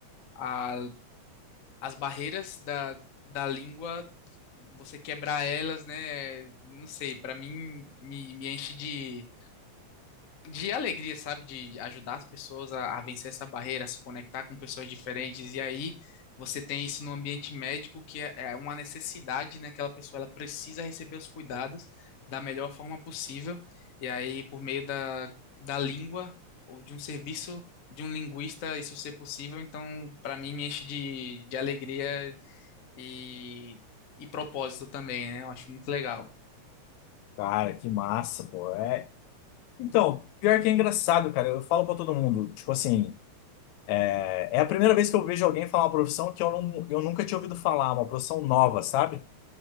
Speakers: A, on the left; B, on the left.
A: a as barreiras da, da língua, você quebrar elas, né? Não sei, para mim me, me enche de, de alegria, sabe? De ajudar as pessoas a, a vencer essa barreira, a se conectar com pessoas diferentes. E aí você tem isso no ambiente médico, que é, é uma necessidade, né? Aquela pessoa ela precisa receber os cuidados da melhor forma possível. E aí, por meio da, da língua ou de um serviço de um linguista, isso ser possível, então, para mim, me enche de, de alegria e, e propósito também, né? Eu acho muito legal.
B: Cara, que massa, pô. É. Então, pior que é engraçado, cara. Eu falo pra todo mundo, tipo assim, é é a primeira vez que eu vejo alguém falar uma profissão que eu, não, eu nunca tinha ouvido falar, uma profissão nova, sabe?